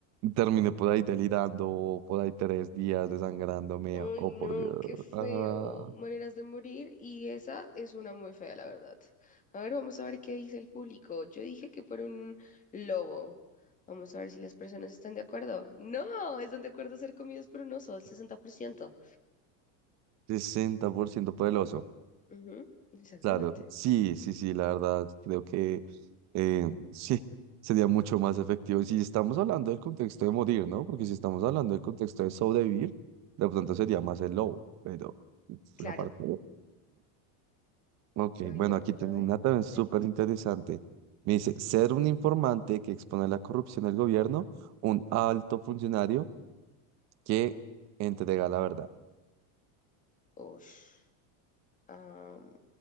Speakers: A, on the right; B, on the left.
A: Terminé por ahí delirando, por ahí tres días desangrándome,
B: Ay,
A: oh
B: no,
A: por Dios.
B: qué feo.
A: Ah,
B: Maneras de morir y esa es una muy fea, la verdad. A ver, vamos a ver qué dice el público. Yo dije que fuera un lobo. Vamos a ver si las personas están de acuerdo. No, están de acuerdo a ser comidos por un oso, el sesenta por ciento
A: sesenta por ciento poderoso.
B: Ujú, exactamente.
A: Claro, sí, sí, sí, la verdad, creo que eh, <laughs> sí, sería mucho más efectivo. Si estamos hablando del contexto de morir, ¿no? Porque si estamos hablando del contexto de sobrevivir, de pronto sería más el lobo, pero uf,
B: Claro.
A: la parte... Ok,
B: Uy,
A: bueno,
B: no.
A: aquí tengo
B: A ver,
A: una también súper
B: dale tú.
A: interesante. Me dice, ser un informante que expone la corrupción del gobierno, un alto funcionario que entrega la verdad.
B: Ush. Am,